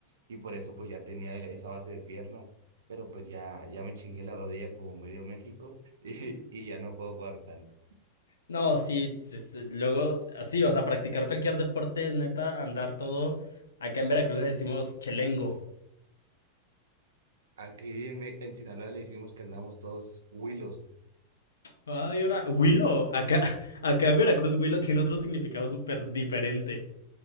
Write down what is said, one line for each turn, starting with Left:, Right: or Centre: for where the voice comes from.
Right: y por eso pues ya tenía el- esa base de pierna, pero pues ya, ya me chingué la rodilla como medio México <laughs> y, y ya no puedo jugar tanto.
Left: No, sí, es- luego, así, o sea, practicar cualquier deporte es neta, andar todo. Acá en Veracruz le decimos chelengo.
Right: Aquí en, Me- en Sinaloa le decimos que andamos todos huilos,
Left: Ay, ahora, Huilo, acá, <laughs> acá en Veracruz Huilo tiene otro significado súper diferente.